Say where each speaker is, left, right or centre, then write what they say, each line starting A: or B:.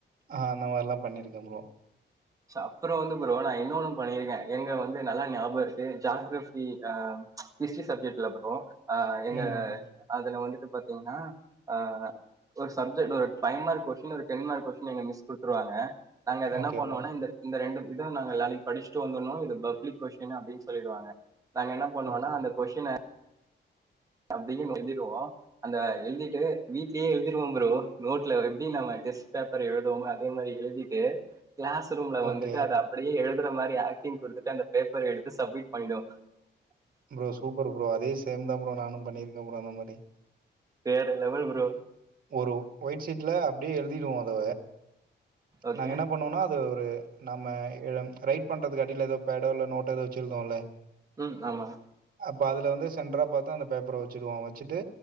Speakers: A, on the right; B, on the right.
A: அ அந்த மார்லா பண்ணிருக்கே ப்ரோ
B: ச அப்ற வந்து புரோ நா இன்னொன்னு பண்ணியிருக்கே எங்க வந்து நல்லா ஞாபம் இருக்கு ஜாக்ரஃபி ஆ ஹிஸ்ட்ரி சப்ஜெட்ல ப்ரோ அ எங்க
A: ம்.
B: அதுல வந்துட்டு பாத்தீங்கன்னா அ ஒரு சப்ஜெக்ட் ஒரு ஃபைவ் மார்க் கொஸ்ஷின் ஒரு டென் மார்க் கொஸ்ஷின் எங்க மிஸ் குடுத்துருவாங்க நாங்க எதனா
A: ஓகே ப்ரோ.
B: இந்த இந்த ரெண்டு இத நாங்க எல்லாருக்கும் படிச்சுட்டு வந்தரனும் இது பப்லிக் கொஸ்டின்னு அப்டின்னு சொல்லிடுவாங்க நாங்க என்ன பண்ணுவோன்னா
A: ஓகே.
B: அந்த கொஸ்ஷின்ன அப்டின்னு எழுதிருவோ அந்த எழ்திட்டு வீட்லே எழுதிர்வோம் ப்ரோ நோட்ல எப்டி நம டெஸ் பேப்பர் எழுதுவோமொ அதே மாரி எழுதிட்டு கிளாஸ் ரூம்ல
A: ஓகே.
B: வந்துட்டு அத அப்புடியே எழுதுற மாரி ஆக்டிங் குடுத்துட்டு அந்த பேப்பர எடுத்து சப்மிட் பண்ணிடுவ
A: ப்ரோ சூப்பர் ப்ரோ அதே சேம் தாம்ப்ரோ நானு பண்ணிருக்கே ப்ரோ அந்த மாரி
B: வேற லெவல்ப்ரோ
A: ஒரு ஒயிட்ஷீட்ல அப்டே எழுதிடுவோ அத
B: ஓகே
A: நாங்க என்ன பண்ணுவோன்னா அத ஒரு நம்ம எ ரைட் பண்றதுக்கடில எதோ பேடோ இல்ல நோட்டோ எதோ வச்சு எழுதுவோல்ல
B: ம் ஆம்மா
A: அப்ப அதுல வந்து சென்ட்றரா பாத்தா அந்த பேப்பர வச்சுடுவோ வச்சுட்டு